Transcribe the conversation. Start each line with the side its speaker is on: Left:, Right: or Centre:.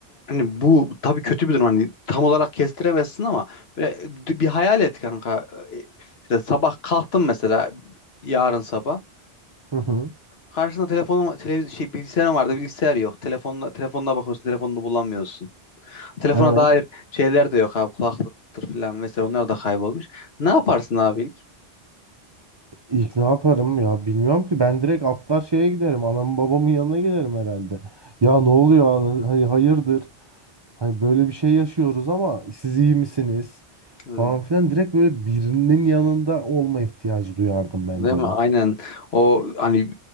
Left: hani bu tabii kötü bir durum. Hani tam olarak kestiremezsin ama böyle bir hayal et kanka. E, İşte sabah kalktın mesela yarın sabah.
Right: Hı hı.
Left: Karşında telefonun televiz şey bilgisayarın vardı. Bilgisayar yok. Telefonla telefonuna bakıyorsun. Telefonunu bulamıyorsun. Telefona
Right: Evet.
Left: dair şeyler de yok abi. Kulaklıktır falan vesaire. Onlar da kaybolmuş. Ne yaparsın abi ilk?
Right: İlk ne yaparım ya bilmiyorum ki ben direkt atlar şeye giderim anamın babamın yanına giderim herhalde. Ya ne oluyor ana- hani hayırdır hani böyle bir şey yaşıyoruz ama siz iyi misiniz
Left: Hmm,
Right: falan filan direkt böyle birinin yanında olma ihtiyacı duyardım bence
Left: Değil mi?
Right: ben.
Left: Aynen. O hani